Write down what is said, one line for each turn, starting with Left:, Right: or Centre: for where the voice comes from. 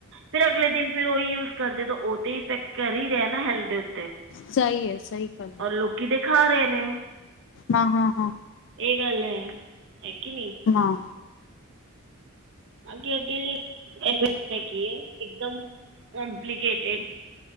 Right: ਫੇਰ ਅਗਲੇ ਦਿਨ ਫਿਰ ਉਹੀ ਯੂਜ ਕਰਦੇ ਤਾਂ ਉਹ ਤੇ ਇਫੈਕਟ ਕਰ ਹੀ ਰਿਹਾ ਨਾ ਹੈਲਥ ਤੇ
Left: ਸਹੀ ਹੈ ਸਹੀ ਗੱਲ ਏ
Right: ਲੋਕੀ ਤੇ ਖਾ ਰਹੇ ਨੇ
Left: ਹਾਂ ਹਾਂ ਹਾਂ
Right: ਇਹ ਗੱਲ ਐ ਹੈ ਕੇ ਨਹੀਂ
Left: ਹਾਂ
Right: ਆ ਅ ਕੀ ਹੈ ਇੱਕਦਮ ਖੁੱਲ ਗਈ ਸੀ। ਕੰਪਲੀਕੇਟਡ